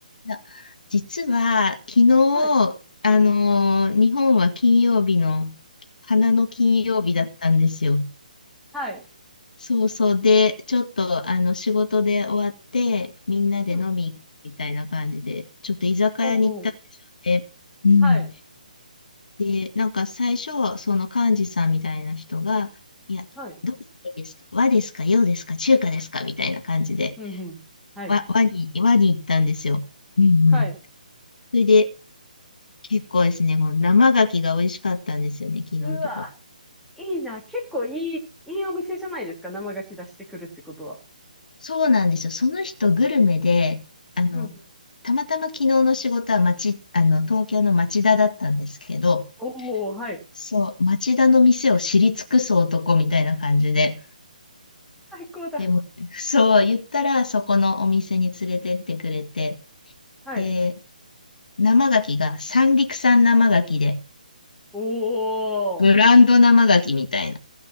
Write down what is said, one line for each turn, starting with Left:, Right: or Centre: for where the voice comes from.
Left: いや実は、昨日、
Centre: はい。
Left: あのー日本は金曜日の、花の金曜日だったんですよ。
Centre: はい。
Left: そうそう。で、ちょっと、あの、仕事で終わって、みんなで飲み行くみたいな感じで、
Centre: うん。
Left: ちょっと居酒屋に行ったんですよね。
Centre: ほうほう。
Left: うん。
Centre: はい。
Left: で、なんか最初、その幹事さんみたいな人が、いや、
Centre: はい。
Left: どうしたらいいですか和ですか洋ですか中華ですかみたいな感じで、
Centre: うん、うん。はい。
Left: 和、和に、和に行ったんですよ。うんうん。
Centre: はい。
Left: それで、結構ですね、この生牡蠣が美味しかったんですよね、昨日のとこは。
Centre: うわ、いいな。結構いい、いいお店じゃないですか。生牡蠣出してくるってことは。
Left: そうなんですよ。その人グルメで、あの、
Centre: うん。
Left: たまたま昨日の仕事は町、あの、東京の町田だったんですけど、
Centre: おお、はい。
Left: そう、町田の店を知り尽くす男みたいな感じで、
Centre: 最高だ。
Left: でも、そう、言ったらそこのお店に連れてってくれて、
Centre: はい。
Left: で、生牡蠣が三陸産生牡蠣で、
Centre: おお。
Left: ブランド生牡蠣みたいな。